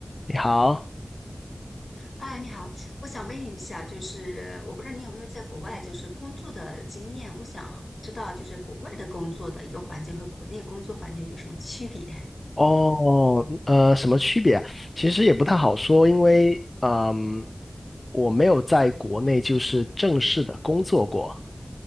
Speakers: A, on the left; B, on the left.
A: 你好，
B: 啊，你好，我想问一下，就是我不知道你有没有在国外就是工作的经验，我想知道就是国外的工作的一个环境和国内工作环境有什么区别？<laughs>
A: 哦，呃，什么区别啊其实也不太好说，因为嗯，我没有在国内就是正式的工作过